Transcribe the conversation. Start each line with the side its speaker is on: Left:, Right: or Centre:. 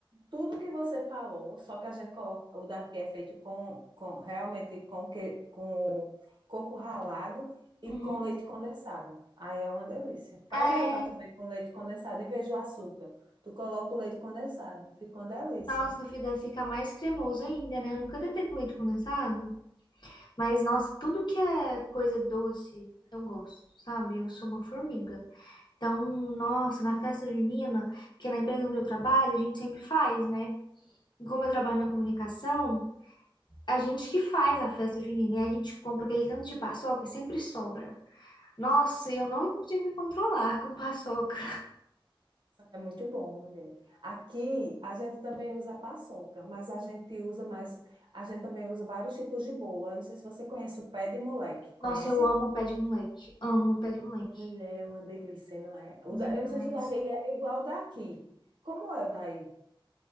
Right: Tudo que você falou, só que a gente coloca. O daqui é feito com, com realmente com, que, com coco ralado e
Left: Uhum.
Right: com leite condensado. Aí é uma delícia. Faz
Left: É,
Right: aí para tu ver com leite condensado, em vez do açúcar. Tu coloca o leite condensado, fica uma delícia.
Left: nossa, fi- deve ficar mais cremoso ainda, né? Eu nunca tentei com leite condensado, mas nossa, tudo que é coisa doce, eu gosto, sabe? Eu sou uma formiga. Então, nossa, na festa junina, que é na empresa onde eu trabalho, a gente sempre faz, né? E como eu trabalho na comunicação, a gente que faz a festa junina e a gente compra aquele tanto de paçoca e sempre sobra. Nossa,
Right: Deixa eu ver,
Left: eu não consigo me controlar com paçoca.
Right: isso aqui É muito bom, mulher. Aqui a gente também usa a paçoca, mas a gente usa mais, a gente também usa vários tipos de bolo. Eu não sei se você conhece o pé de moleque. Conhece?
Left: Nossa, eu amo pé de moleque. Amo pé de moleque.
Right: Mulher, é uma delícia, não é? O
Left: Demais.
Right: da- Eu não sei se o daqui é igual o daqui. Como é o daí?